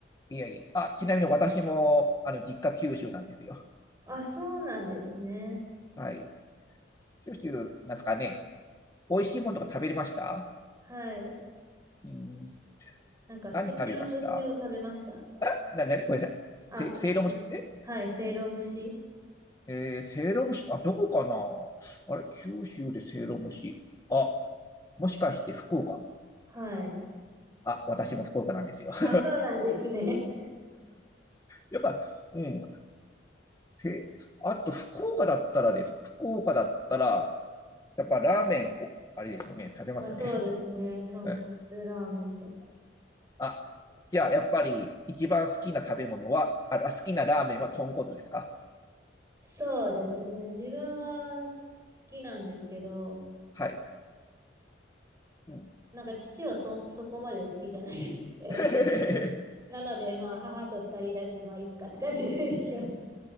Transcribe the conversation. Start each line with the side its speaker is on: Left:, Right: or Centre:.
Left: いやいや。あ、ちなみに私も、あの、実家九州なんですよ。
Right: あ、そうなんですね。
Left: はい。九州、なんですかね。美味しいものとか食べれました
Right: はい。
Left: うん。
Right: なんか、
Left: 何食べました
Right: せいろ蒸しを食べました。
Left: あ、な、なにごめんなさい。
Right: あ、
Left: せ、せいろ蒸し、
Right: うんはい、
Left: え
Right: せいろ蒸し。
Left: えー、せいろ蒸し、あ、どこかなあれ、九州でせいろ蒸し。あ、もしかして福岡。
Right: はい。
Left: あ、私も福岡なんですよ。<laughs>
Right: あ、そうなんですね。
Left: やっぱ、うん。せ、あと福岡だったらです。福岡だったら、やっぱラーメンを、あれですよね、食べますよね。
Right: まあ、そうですね。豚骨ラーメンとか。
Left: <laughs> あ、じゃあやっぱり一番好きな食べ物は、あ、あ好きなラーメンは豚骨ですか
Right: そうですね。自分は好きなんですけど、
Left: はい。うん。
Right: なんか父はそ、そこまで好きじゃないですね。<laughs>
Left: <laughs>
Right: なので、まあ、母と二人だし、まあ、いっかって感じで行きます。